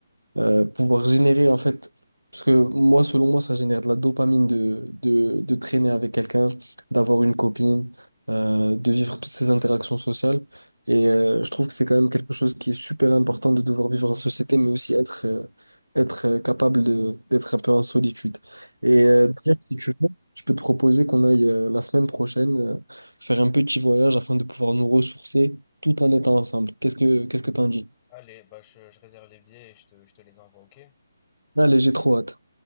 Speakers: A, on the right (about 90°); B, on the left (about 20°).
A: euh, pouvoir générer en fait, parce que moi, selon moi, ça génère de la dopamine de, de, de traîner avec quelqu'un, d'avoir une copine, euh, de vivre toutes ces interactions sociales. Et euh, je trouve que c'est quand même quelque chose qui est super important de devoir vivre en société, mais aussi être, euh, être euh, capable de, d'être un peu en solitude. Et
B: Et ben,
A: euh, d'ailleurs, si tu veux, je peux te proposer qu'on aille euh, la semaine prochaine euh, faire un petit voyage afin de pouvoir nous ressourcer tout en étant ensemble. Qu'est-ce que, qu'est-ce que t'en dis?
B: Allez, bah je, je réserve les billets et je te, je te les envoie, ok?
A: Allez, j'ai trop hâte.